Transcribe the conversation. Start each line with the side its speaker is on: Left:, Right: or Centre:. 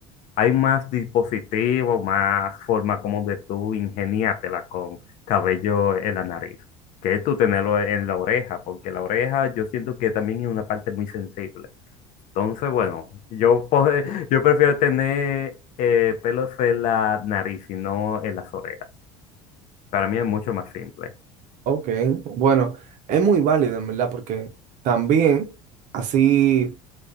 Left: hay más dispositivos, más forma como de tú ingeniártela con cabello en la nariz, que tú tenerlo en la oreja, porque la oreja yo siento que también es una parte muy sensible. Entonces, bueno, yo, po- <laughs> yo prefiero tener eh, pelos en la nariz y no en las orejas. Para mí es mucho más simple.
Right: Ok, bueno, es muy válido en verdad porque también así